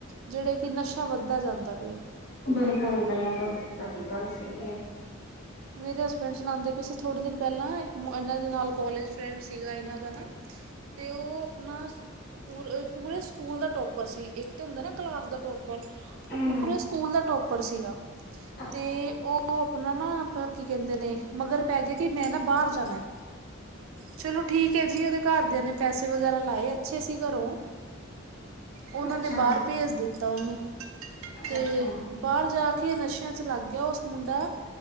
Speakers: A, on the right (about 75°); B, on the left (about 50°).
A: ਜਿਹੜੇ ਕਿ ਨਸ਼ਾ ਵੱਧਦਾ ਜਾਂਦਾ ਪਿਆ
B: ਬਿਲਕੁਲ ਬਿਲਕੁਲ ਜੀ ਤੁਹਾਡੀ ਗੱਲ ਸਹੀ ਹੈ
A: ਮੇਰੇ ਹਸਬੈਂਡ ਸੁਣਾਂਦੇ ਪਏ ਸੀ ਥੋੜੇ ਦਿਨ ਪਹਿਲਾਂ ਇੱਕ ਇਹਨਾਂ ਦੇ ਨਾਲ ਕੋਲੇਜ ਫਰੈਂਡ ਸੀਗਾ ਇਹਨਾਂ ਦਾ ਨਾ ਤੇ ਉਹ ਆਪਣਾ ਪੂਰੇ ਪੂਰੇ ਸਕੂਲ ਦਾ ਟੋਪਰ ਸੀ ਇੱਕ ਤੇ ਹੁੰਦਾ ਨਾ ਕਲਾਸ ਦਾ ਟੋਪਰ ਉਹ
B: ਹੂੰ।
A: ਪੂਰੇ ਸਕੂਲ ਦਾ ਟੋਪਰ ਸੀਗਾ
B: ਅੱਛਾ,
A: ਅਤੇ ਉਹ ਆਪਣਾ ਨਾ ਕੀ ਕਹਿੰਦੇ ਨੇ ਮਗਰ ਪੈ ਗਿਆ ਕਿ ਮੈਂ ਨਾ ਬਾਹਰ ਜਾਣਾ ਐ ਚਲੋ ਠੀਕ ਹੈ ਜੀ ਉਹਦੇ ਘਰਦਿਆਂ ਨੇ ਪੈਸੇ ਵਗੈਰਾ ਲਾਏ ਅੱਛੇ ਸੀ ਘਰੋਂ ਉਹਨਾਂ
B: ਅੱਛਾ,
A: ਨੇ ਬਾਹਰ ਭੇਜ ਦਿੱਤਾ ਉਹਨੂੰ ਤੇ
B: ਅੱਛਾ।
A: ਬਾਹਰ ਜਾ ਕੇ ਨਸ਼ਿਆਂ 'ਚ ਲੱਗ ਗਿਆ ਉਸ ਮੁੰਡਾ